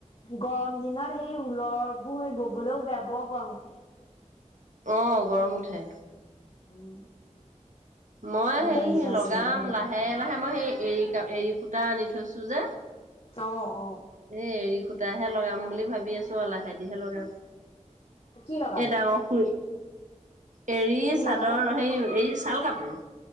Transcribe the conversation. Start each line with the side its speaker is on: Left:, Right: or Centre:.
Left: গৰম দিনত সেই ঊলৰবোৰ সেই গ। বোলও বয়া বৰ গৰম উঠে।
Right: অ, গৰম উঠে।
Left: উম।
Right: মই
Left: এই
Right: হে
Left: বাৰিষা
Right: লগাম
Left: চিজনটো যে
Right: লাহে লাহে মই সেই। এৰি সূতা আনি থৈছো যে।
Left: অ অ।
Right: এ, এৰি সূতাহে লগাম বুলি ভাবি আছো আৰু লাহেদিহে লগাম।
Left: কি লগাব
Right: এ ডাঙৰ খু। এৰি
Left: কি
Right: চাদৰ
Left: লগাব
Right: হে এইৰি। ছাল কাপোৰ।